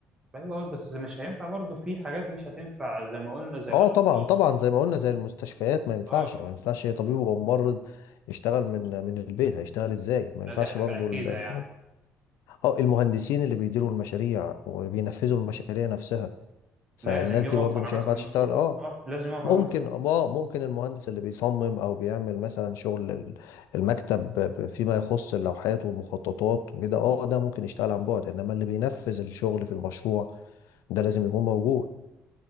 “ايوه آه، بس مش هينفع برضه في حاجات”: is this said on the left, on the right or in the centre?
Right